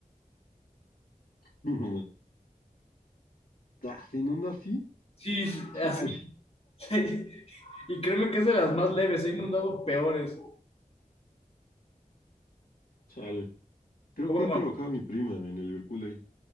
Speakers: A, on the left (about 85°); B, on the left (about 45°).
A: <laughs> Ah, ¿se inunda así?
B: Sí,
A: Chale,
B: así. <laughs> Sí. Y créeme que es de las más leves, he inundado peores.
A: chale. Creo
B: O
A: que
B: bueno,
A: ahí trabajaba mi prima en el Liverpool ahí.